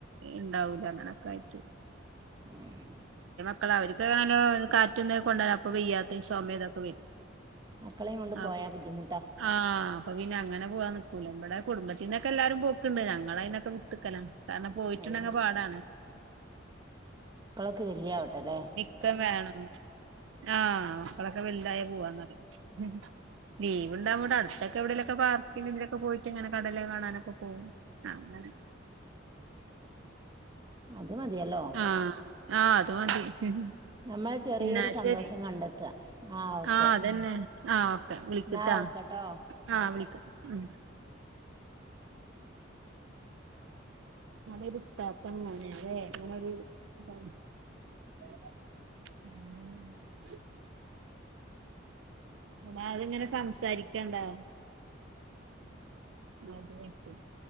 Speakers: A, on the right (about 70°); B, on the right (about 25°).
A: ഉണ്ടാവൂല അങ്ങനെയൊക്കെ ആയിട്ട്-
B: <unintelligible>
A: മക്കള് അവർക്ക് നല്ലോ കാറ്റ് കൊണ്ട ഇപ്പ വയ്യാത്തെ ചൊമേതൊക്കെ വരും
B: മക്കളെയും കൊണ്ട്
A: ആപ്പോ-
B: പോയാ ബുദ്ധിമുട്ടാ
A: ആഹ് അപ്പൊ പിന്ന അങ്ങനെ പോകാൻ നിക്കൂല ഇവിടെ കുടുംബത്തിൽന്നൊക്കെ എല്ലാരും പോക്ക്ണ്ട് ഞങ്ങള് അയിന്നൊക്ക വിട്ട്ക്കലാണ് കാരണം പോയിട്ടുണ്ടങ്ങ്
B: അത് ശരി
A: പാടാണ്-
B: മക്കളോക്ക വലിയ ആവട്ടെ ലെ
A: ഒക്ക വേണം ആഹ് മക്കളൊക്കെ വലുതായ പോവാൻ തൊടങ്ങി ലീവ്ണ്ടാകുബോ ഇവിടെ അടുത്തക്കെ എവിടേലൊക്കെ പാർക്കിൽ ഇതിലൊക്കെ പോയിട്ട്ങ്ങന കടല് കാണാനൊക്കെ പോകും അഹഹ അങ്ങനെ
B: അത് മതിയല്ലോ
A: ആഹ് ആഹ് അതുമതി-
B: നമ്മള് ചെറിയൊരു
A: ന്നാ
B: സന്തോഷം
A: ശരി
B: കണ്ടെത്താ ഓക്കെ
A: ആഹ് അതന്നെ ആഹ് വിളിക്ക്ട്ടാ
B: എന്നാ ഓക്കെട്ടോ
A: ആഹ്
B: ഓക്കെ
A: വിളിക്ക ഉം നല്ലരുത്താത്തമോനെ ല്ലേ ഇങ്ങനൊരു ഇതാണ് <unintelligible> <inaudible> <inaudible> അൾ ഞനെ സംസാരിക്കണ്ടാ
B: <inaudible>
A: അത് <inaudible>